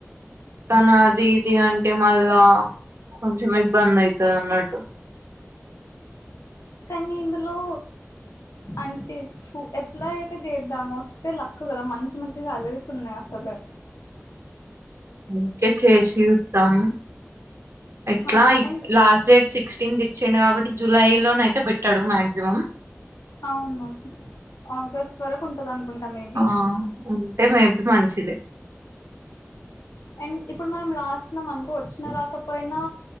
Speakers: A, on the right; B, on the left.
A: తన అది ఇది అంటే మళ్ళా కొంచెం ఇబ్బంది అయితది అన్నట్టు
B: కనీ ఇందులో అంటే ఫు అప్లై అయితే చేద్దాం వస్తే లక్ కదా మంచి మంచి సాలరీస్ ఉన్నాయి అసలే
A: ఓకే చేసి చూద్దాం ఎట్లా
B: హా
A: ఇ
B: and
A: last date sixteenth ఇచ్చిండు కాబట్టి జులై లోన అయితే పెట్టడు మాక్సిమం
B: అవును ఆగస్ట్ వరకు ఉంటుంది అనుకుంటా మే
A: ఆ ఉంటే మేబి మంచిదే
B: అండ్ ఇప్పుడు మనం రాస్తున్నాం అనుకో వచ్చినా రాకపోయినా